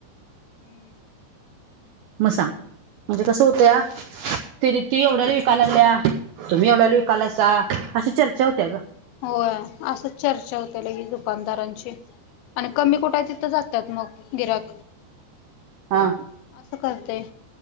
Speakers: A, on the left; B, on the right.
A: हम्म. <inaudible>
B: मग सांग म्हणजे कसं
A: काय
B: होतं
A: कराय
B: या. प्रीती एवढ्याला विकायला लागल्या तुम्ही एवढ्याला विकायलास
A: हा
B: अशी चर्चा होत्या गं.
A: होय असंच चर्चा होते लगेच दुकानदारांची आणि कमी कुठायं तिथं जातात मग. गिराक
B: हा.
A: असं करतयं.